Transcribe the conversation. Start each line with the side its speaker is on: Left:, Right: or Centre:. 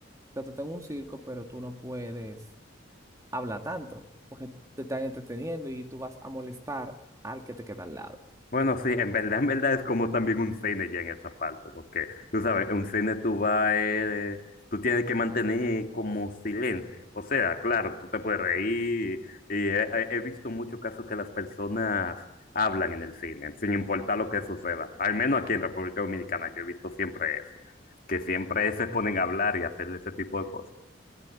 Right: sea, tú estás un circo, pero tú no puedes hablar tanto, porque te están entreteniendo y tú vas a molestar al que te queda al lado.
Left: Bueno, sí, en verdad, en verdad es como también un cine ya en esa parte, porque tú sabes, en un cine tú vas, eh, tú tienes que mantener como silencio. O sea, claro, tú te puedes reír y he, he- he visto muchos casos que las personas hablan en el cine, sin importar lo que suceda. Al menos aquí en República Dominicana yo he visto siempre eso, que siempre se ponen a hablar y hacer ese tipo de cosas.